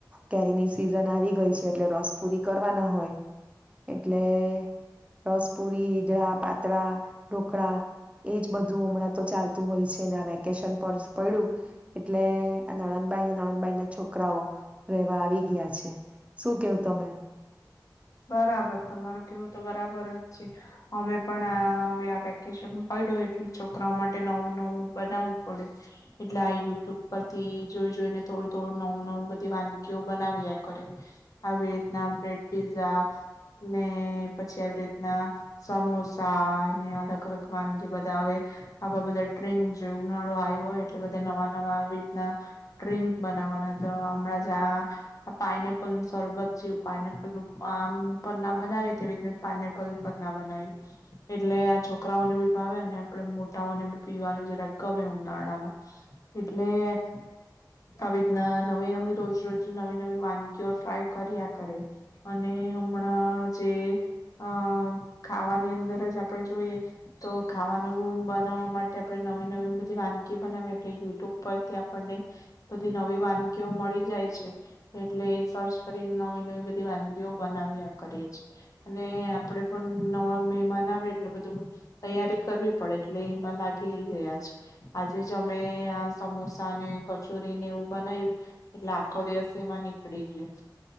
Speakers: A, on the right; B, on the left.
A: કેરીની સિઝન આવી ગઈ છે, એટલે રસ પૂરી કરવાના હોય. એટલે રસપુરી, ઈદડા, પાતળા, ઢોકળા, એજ બધું હમણાં તો ચાલતું હોય છેને વેકેશન પર પડ્યું એટલે આ નણંદબાઈ નાણંદબાઈ ના છોકરાઓ રેવા આવી ગયા છે શું કેવું તમે?
B: બરાબર, તમારું કેવું તો બરાબર જ છે. અમે પણ આ હવે આ વેકેશન પડ્યું એટલે છોકરાઓ માટે નવું-નવું બનાવવું પડે એટલે આ યુટ્યુબ પરથી જોઈ-જોઈને થોડું-થોડું નવું-નવું બધી વાનગીઓ બનાવ્યા કરે આવી રીતના પીઝા ને પછી આવી રીતના સમોસા ને અલગ-અલગ વાનગી બધા હવે આવા બધા ડ્રિંક જો ઉનાળો આવ્યો હોય એટલે બધા નવા-નવા આવી રીતના ડ્રિંક બનાવાના તો હમણાં જ આ પાઇનેપલ નું સરબત છે પાનેપ લોકો આમ પન્ના બનાવે તેવી રીતના પાઇનેપલ પર ના બનાવી એટલે આ છોકરાઓને બી ભાવે અને આપણેે મોટાઓનેી પીવાનું જરા ગમે ઉનાળામાં એટલે આવી રીતના નવી નવી રોજ-રોજ, નવી-નવી વાનગીઓ ટ્રાય કર્યા કરે. અને હમણાં જે અ ખાવાની અંદર જ આપણેે જોઈએ તો ખાવાનું બનાવવા માટે આપણે નવી-નવી બધી વાનગીઓ બનાવી એટલે યુટ્યુબ પરથી આપણને બધી નવી વાનગીઓ મળી જાય છે, એટલે સર્ચ કરી નવી નવી બધ વાનગીઓ બનાવી કરીએીએ અને આપડણે પણ નવા મહેમાન આવી એટલે બધું તૈયારી કરવી પડે એટલે એમાં લાગી ગયા છે આજે જ અમે આ સમોસા ને કચોરીને એવું બનાવ્યું એટલે આખો દિવસે એમાં નીકળી ગયો.